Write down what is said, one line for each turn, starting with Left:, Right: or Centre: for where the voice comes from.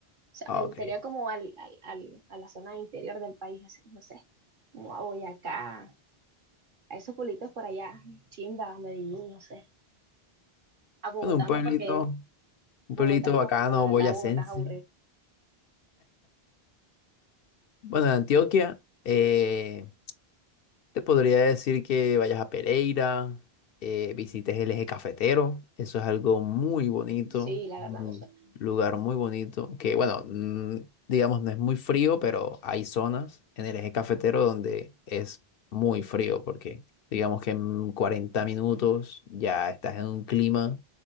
Right: sea,
Left: ok.
Right: me gustaría como al, al, al- a la zona interior del país, así, no sé, como a Boyacá, a esos pueblitos por allá, Chimba, Medellín, no sé. A Bogotá
Left: Bueno, un pueblito,
Right: no, porque
Left: un pueblito
Right: Bogotá no,
Left: bacano,
Right: porque la verdad
Left: boyacense.
Right: Bogotá es aburrido.
Left: Bueno, en Antioquia, eh, Te podría decir que vayas a Pereira, eh, visites el eje cafetero, eso es algo muy bonito,
Right: Sí, la verdad
Left: un
Right: me suena.
Left: lugar muy bonito, que bueno, mm, digamos no es muy frío, pero hay zonas en el eje cafetero donde es muy frío, porque digamos que en 40 minutos ya estás en un clima